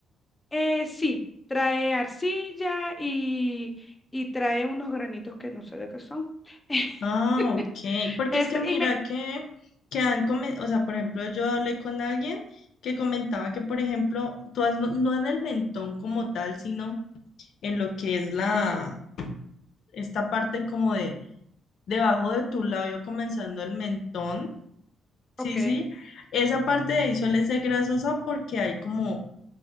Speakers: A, on the left; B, on the left.
A: Eh, sí, trae arcilla y, y trae unos granitos que no sé de qué son. <laughs>
B: Ah, ok. Porque
A: Ese,
B: es que mira
A: y me...
B: que, que han comentado, o sea, por ejemplo, yo hablé con alguien que comentaba que, por ejemplo, tú has- no, no en el mentón como tal, sino en lo que es la, esta parte como de debajo de tu labio comenzando el mentón. Sí,
A: Ok.
B: sí. Esa parte de ahí suele ser grasosa porque hay como